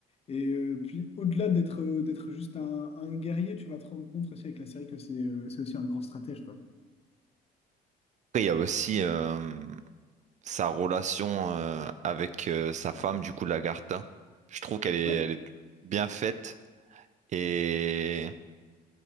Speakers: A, on the left (about 35°); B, on the right (about 45°).
A: Et euh, puis, au-delà d'être euh, d'être juste un, un guerrier, tu vas te rendre compte aussi avec la série que c'est euh, c'est aussi un grand stratège, quoi.
B: Après, il y a aussi euh, sa relation euh, avec euh, sa femme, du coup, Lagarta. Je trouve qu'elle est,
A: Ouais.
B: elle est bien faite. Et